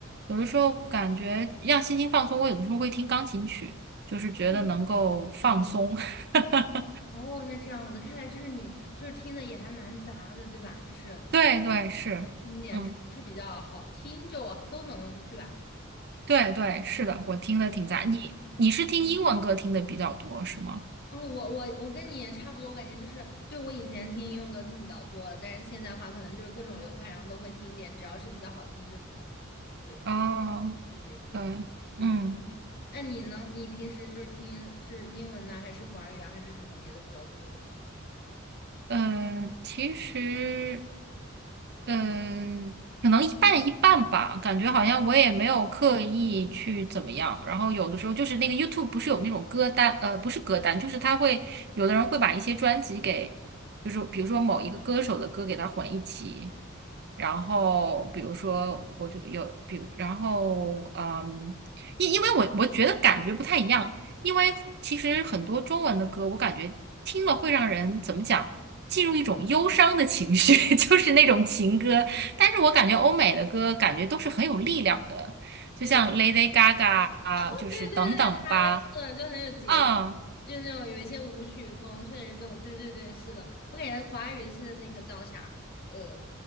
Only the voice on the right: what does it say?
有的时候感觉让心情放松，我有的时候会听钢琴曲，就是觉得能够放松。
<laughs>
对对是，
嗯，
对对是的，我听的挺杂。你你是听英文歌听的比较多是吗？
哦，
对，
嗯。
嗯，其实，嗯，可能一半一半吧，感觉好像我也没有刻意去怎么样。然后有的时候就是那个 YouTube 不是有那种歌单，呃，不是歌单，就是他会有的人会把一些专辑给，就是比如说某一个歌手的歌给它混一起。然后比如说我就有，
比如然后嗯，因因为我我觉得感觉不太一样，因为其实很多中文的歌，我感觉听了会让人怎么讲？进入一种忧伤的情绪，<laughs> 就是那种情歌。但是我感觉欧美的歌感觉都是很有力量的，就像
Lady Gaga 啊，
就是等等吧，
啊。